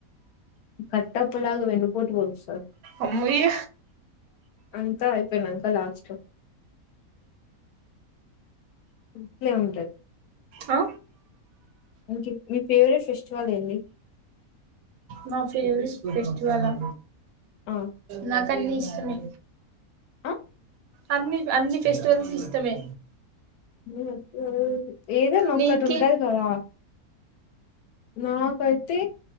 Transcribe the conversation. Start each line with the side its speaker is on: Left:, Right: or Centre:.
Left: కట్ టడప్పలాగా వెన్న పోటుపోడు సార్
Right: అమ్మయ్య
Left: అంతా అయిపోయినా అంక లాస్ట్ ఓ ఇట్లే ఉంటది.
Right: ఆ
Left: ఇంక ఫేవరెట్ ఫెస్టివల్ ఏంది
Right: నా ఫవరెట్ ఫెస్టివల్ ఆ
Left: ఆ
Right: నా అన్ని ఇష్టమే
Left: ఆ
Right: అన్ని అన్ని ఫెస్టివల్స్ ఇష్టమే
Left: <unintelligible> ఏదన్న ఒక్కటి
Right: నీకి
Left: ఉంటది కదా నాకైతే